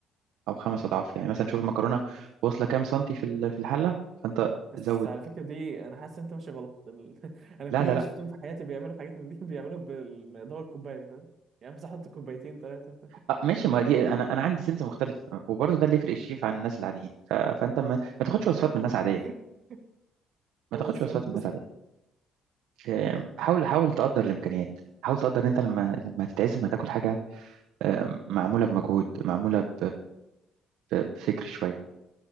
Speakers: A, on the right; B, on the right.
A: او خمس اضعاف يعني مثلا شوف المكرونه واصله كام سنتي في ال- في الحله فانت
B: بس
A: زود
B: على فكرة دي أنا حاسس إن أنت ماشي غلط ال... <laughs> أنا
A: لا
B: كل
A: لا
B: اللي
A: لا
B: شفتهم في حياتي بيعملوا حاجات من دي <laughs> بيعملوها بالمقدار الكوباية فاهم يعني بس أحط كوبايتين ثلاثة
A: آه ماشي ما دي انا انا عندي سنس مختلف وبرضه ده اللي يفرق الشيف عن الناس العاديين ف... فانت ما... ما تاخدش
B: <laughs>
A: وصفات من الناس عاديه ما
B: خلاص
A: تاخدش وصفات
B: تمام بص
A: من الناس عاديه آه، حاول حاول تقدر الامكانيات حاول تقدر ان انت لما لما تتعزم هتاكل حاجه آه، معمولة بمجهود معمولة ب- ب- بفكر شوية